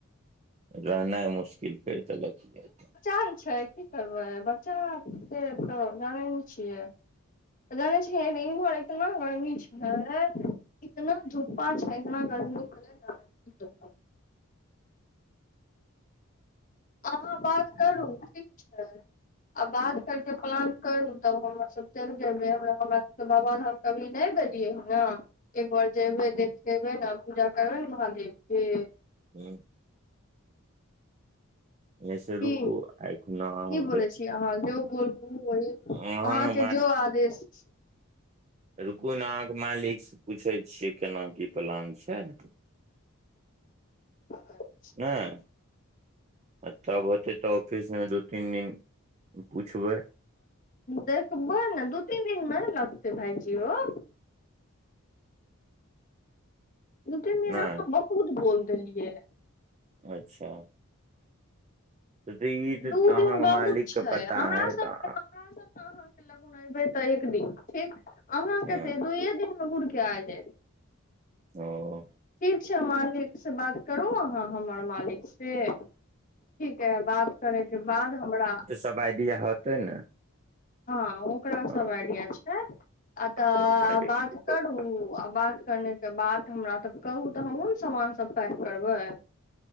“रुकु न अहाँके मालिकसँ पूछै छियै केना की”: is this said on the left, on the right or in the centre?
Right